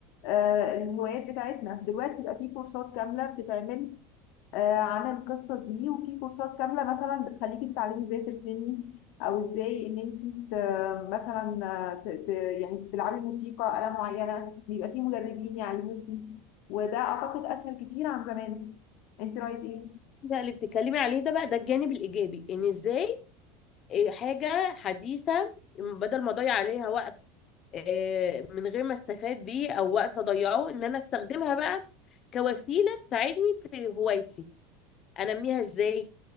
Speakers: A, on the left; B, on the left.
A: آه، الهوايات بتاعتنا دلوقتي بقى في كورسات كاملة بتتعمل آه، عن القصة دي وفي كورسات كاملة مثلا بتخليكي تتعلمي ازاي ترسمي او ازاي ان انت مثلا آه، ت- ت- يعني تلعبي موسيقى آلة معينة بيبقى في مدربين يعلموكي وده اعتقد اسهل كتير عن زمان انت رايك ايه؟
B: ده اللي بتتكلمي عليه ده بقى ده الجانب الايجابي ان ازاي إيه حاجة حديثة بدل ما اضيع عليها وقت آه، من غير ما استفاد بيه او وقت اضيعه ان انا استخدمها بقى كوسيلة تساعدني في هوايتي انميها ازاي